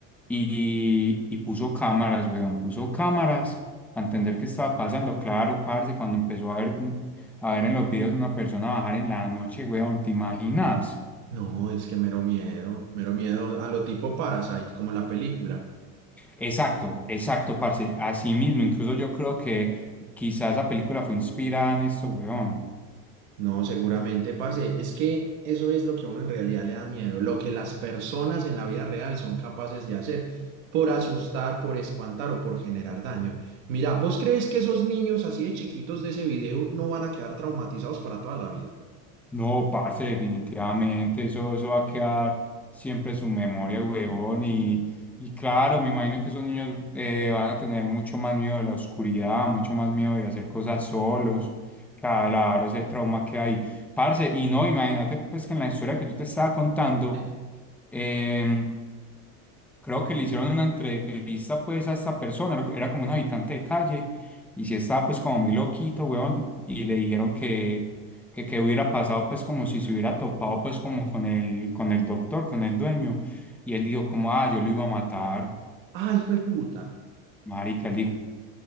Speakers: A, in the centre; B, on the right.
A: y, y puso cámaras, weón, puso cámaras para entender qué estaba pasando. Claro, parce, cuando empezó a ver a ver en los videos una persona bajar en la noche, weón, ¿te imaginas?
B: No, es que mero miedo, mero miedo a lo tipo Parasite, como la película.
A: Exacto, exacto, parce. Así mismo, incluso yo creo que quizás esa película fue inspirada en esto, weón.
B: No, seguramente, parce, es que eso es lo que a uno en realidad le da miedo, lo que las personas en la vida real son capaces de hacer por Mm. asustar, por espantar o por generar daño. Mira, ¿vos crees que esos niños así de chiquitos de ese video no van a quedar traumatizados para toda la vida?
A: No, parce, definitivamente, eso, eso va a quedar siempre en su memoria, huevón, y, y claro, me imagino que esos niños eh, van a tener mucho más miedo de la oscuridad, mucho más miedo de hacer cosas solos, claro, ese trauma que hay, parce, y no, imagínate pues que en la historia que yo te estaba contando,
B: Sí.
A: em, Creo que le hicieron una entrevista pues a esta persona, era era como un habitante de calle y sí estaba pues como muy loquito, weón, y le dijeron que que qué hubiera pasado pues como si se hubiera topado pues como con el con el doctor, con el dueño y él dijo como, "Ah, yo lo iba a matar."
B: Ay, hijo de puta.
A: Marica, él dijo